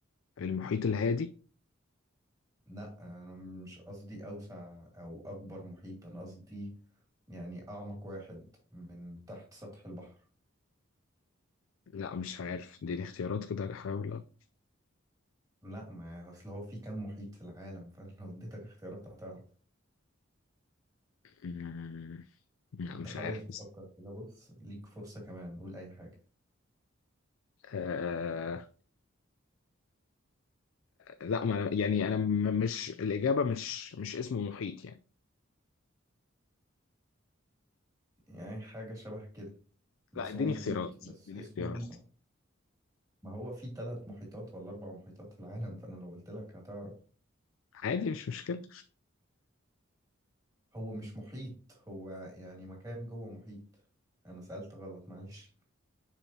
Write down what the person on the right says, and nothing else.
لا انا مش قصدي اوسع او اكبر محيط انا قصدي يعني اعمق واحد من تحت سطح البحر
لا ما اصل هو في كام محيط في العالم <laughs> فلو اديتك اختيارات هتعرف
انت
حاول
تفكر
كده بص ليك فرصة كمان قول اي حاجة
يعني حاجة شبه كده بس
هو محيط
بس
اسمه
ما هو في ثلاث محيطات ولا اربع محيطات في العالم فانا لو قلت لك هتعرف
هو مش محيط هو يعني مكان جوه محيط انا سألت غلط معلش